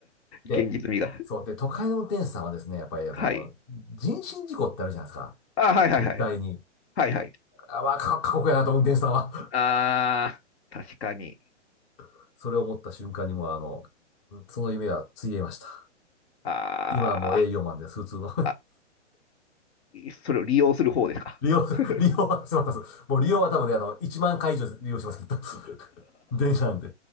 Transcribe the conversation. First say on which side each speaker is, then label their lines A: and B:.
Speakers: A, on the left; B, on the left.
A: で、
B: 現実味が。
A: そう。で、都会の運転手さんはですね、やっぱりあの、
B: はい。
A: 人身事故ってあるじゃないですか。
B: あ、はいはいはい。
A: 絶対に。
B: はいはい。
A: あ、まあ、か、<laughs> 過酷やなと、運転手さんは。
B: ああ、確かに。
A: <laughs> それを思った瞬間にもう、あの、その夢はついえました。
B: ああ。
A: 今はもう営業マンです、普通の。
B: あ、<laughs> それを利用する方ですか。
A: <laughs> 利用、
B: <laughs>
A: 利用は、すみません。もう利用は多分ね、あの、1万回以上利用してます、きっと。<laughs> 電車なんて。